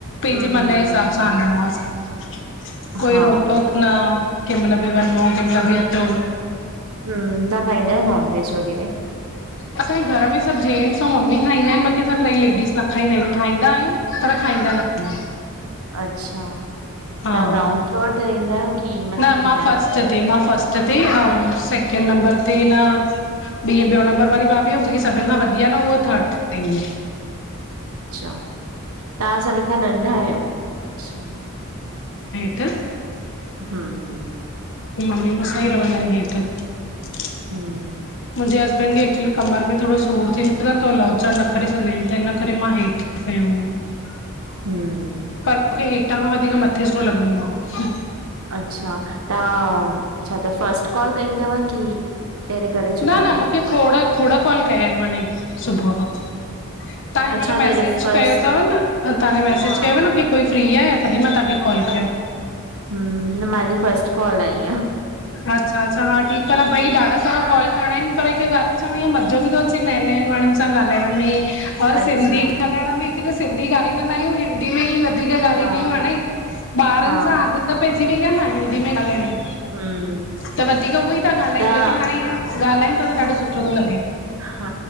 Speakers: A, on the left; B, on the right.
A: पंहिंजे
B: हम्म,
A: मन
B: हम्म।
A: जे हिसाब सां हलणो असाखें,
B: हा
A: कोई रोक टोक न केमल बी वन्यो केमल बी अचो।
B: हुं तां खाईंदा आहियो नॉन वेज वग़ैरह
A: असांजे घर में सभ जेंट्स ऐं मम्मी खाईंदा आहेन बाकि असां टॄई लेडीस न खाईंदा आहियूं ठाइंदा आहियूं पर खा खाईंदा न आहियूं
B: अच्छा
A: हा
B: तव्हां ग्राउंड फ्लोर ते रहंदा आहियो कि मथे
A: न
B: रहंदा
A: मां
B: आहियो?
A: फस्ट ते मां फस्ट ते ऐं सेकेंड नंबर ते न इअं ॿियो नंबर वारी भाभी आहे जेकी सभिनि खां वधी न उहा थर्ड ते रहंदी आ
B: अच्छा तव्हां सभिनि खां नंढा आहियो, आहे अच्छा
A: ह
B: हूं हूं
A: मम्मी मुसां ही रवदां आहिन हेठ।
B: हूं
A: मुंहिंजे हस्बैंड खे एक्चुली कमर में थोरो सूर थींदो अथ त लौचढ न करे सघंदा आहि आहिनि त हिन करे मां हेठि खयों हो <inaudible>
B: हूं
A: पर मूंखे हेठां खां वधीक मथे सुठो लॻंदो आ
B: अच्छा तव्हां छा त फस्ट कॉल कई तव की पहिरे करे चुका
A: न
B: आहियो?
A: न मूंखे खोड़ खोड़ कॉल कया आहिनि माने सुबुह खां। तव्हां हिन
B: अच्छा
A: महिल मैसेज
B: त अॼु फस्ट
A: कयो अथव न तव्हां मैसेज
B: हा,
A: कयो न की कोई फ्री आहे तॾहिं मां तव्हांखे कॉल कयो
B: हूं मुंहिंजी फस्ट कॉल आई आ
A: अच्छा अच्छा हा ठीकु आहे न भई ॾाढा सारा कॉल करिणा आहिनि पर हिकु ॻाल्हि च्वें पर ईअं मज़ो बि थो अचे नए नएंनि माण्हुनि सां ॻाल्हाइण में और
B: अच्छा,
A: सिंधी ॻाल्हाइण में हिकु त सिंधी ॻालहाईंदा न आहियूं हिंदी में ई वधीक ॻाल्हाईंदा
B: हा
A: आहियूं हाणे ॿारनि
B: हा,
A: सां आदत पइजी वई आ न हिंदी में ॻाल्हाइण ई
B: हम्म,
A: त वधीक उहो ई था ॻाल्हायूं
B: त
A: लेकिन हाणे इअं ॻाल्हायूं था त ॾाढो सुठो थो लॻे
B: हा